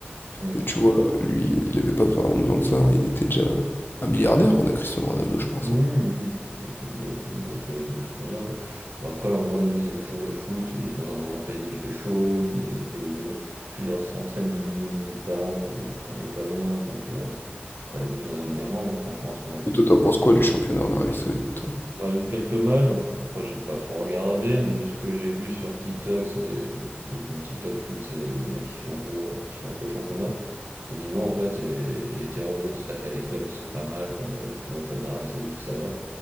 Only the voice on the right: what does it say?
Hmm.
Oui,
oui, oui, oui. il doit être, il doit être- il doit être- il doit être millionnaire. oui. Bon, après, en vrai, lui, il aime toujours le foot. Il est dans un, un pays où il fait chaud. Il, est- il paye des- plusieurs centaines de millions de limites par an. où on n'est pas loin. Donc, euh, après, il n'avait aucune raison de dire non, hein, franchement, à son âge. hein.
J'en ai vu quelques matchs, enfin, après j'ai pas trop regardé, mais de ce que j'ai vu sur TikTok, c'est des, des, comptes TikTok foot, c'est des mecs qui suivent un peu, qui suivent un peu le championnat. Donc le niveau en fait est, est hétérogène, c'est-à-dire qu'il y a des clubs qui sont pas mal, comme euh, les plus gros clubs d'Arabie Saoudite, tout ça va.